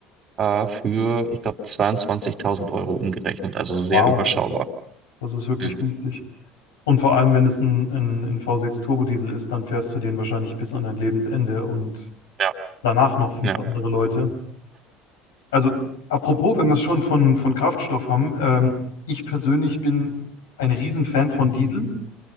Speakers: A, on the right; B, on the left.
A: äh, für, ich glaube, 22.000 Euro umgerechnet, also sehr
B: Wow,
A: überschaubar.
B: das ist wirklich
A: Mhm.
B: günstig. Und vor allem, wenn es ein, ein, ein V6 Turbodiesel ist, dann fährst du den wahrscheinlich bis an dein Lebensende und
A: Ja,
B: danach noch fünf
A: ja.
B: andere Leute. Also, apropos, wenn wir es schon von, von Kraftstoff haben, ähm, ich persönlich bin ein Riesenfan von Diesel.